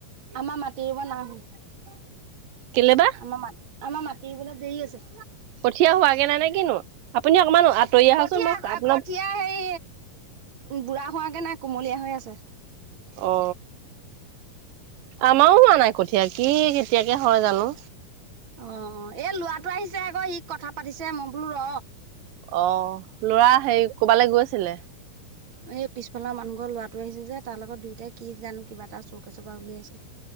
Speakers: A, on the right; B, on the right.
A: আমাৰ মাটি ৰুব নাই হো আমাৰ
B: কেলে বা
A: মা আমাৰ মাটি ৰোবলে দেৰি আছে।
B: <inaudible> কঠীয়া হোৱাগে নাই নে কিনো আপুনি অকমান আতৰি আহকচোন
A: কঠীয়া
B: মই আপোনাৰ
A: কঠীয়া হেৰি উম বুঢ়া হোৱাগে নাই কুমলীয়া হৈ আছে।
B: অ। আমাৰো হোৱা নাই কঠীয়া কি কেতিয়াকে হয় জানো।
A: অ এই ল'ৰাটো আহিছে আকৌ সি কথা পাতিছে মই বোলো ৰ।
B: অ ল'ৰা হেৰি কৰবালে গৈছিলে।
A: এই পিছফালৰ মানুহ ঘৰৰ লৰাটো আহিছে যে তাৰ লগত দুয়োটাই কি জানো কিবা এটা চৌকেচৰ পৰা উলিয়াইছে।